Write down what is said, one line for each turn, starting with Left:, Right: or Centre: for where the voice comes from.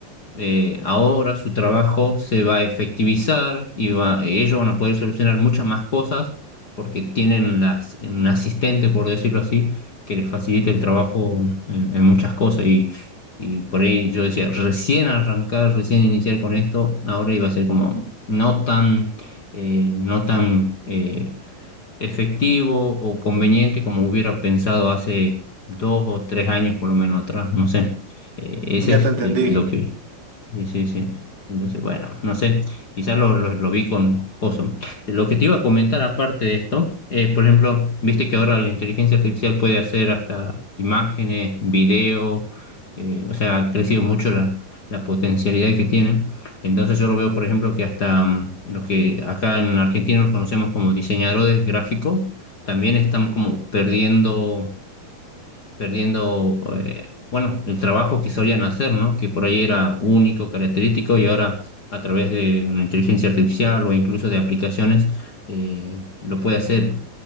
Left: eh, ahora su trabajo se va a efectivizar y va- ellos van a poder solucionar muchas más cosas porque tienen las, un asistente, por decirlo así, que les facilita el trabajo en, en muchas cosas. Y, y por ahí yo decía, recién arrancar, recién iniciar con esto, ahora iba a ser como no tan, eh, no tan eh, efectivo o conveniente como hubiera pensado hace dos o tres años por lo menos atrás, no sé. Eh, ese
Right: Ya
Left: es
Right: te entendí.
Left: eh, lo que Sí, sí, sí. Entonces, bueno, no sé, quizás lo, lo, lo vi con oso. Lo que te iba a comentar aparte de esto, eh, por ejemplo, viste que ahora la inteligencia artificial puede hacer hasta imágenes, videos eh, o sea, ha crecido mucho la, la potencialidad que tiene. Entonces yo lo veo, por ejemplo, que hasta mm, los que acá en Argentina nos conocemos como diseñadores gráficos, también están como perdiendo perdiendo, eh, bueno, el trabajo que solían hacer, ¿no? Que por ahí era único, característico, y ahora a través de una inteligencia artificial o incluso de aplicaciones, eh, lo puede hacer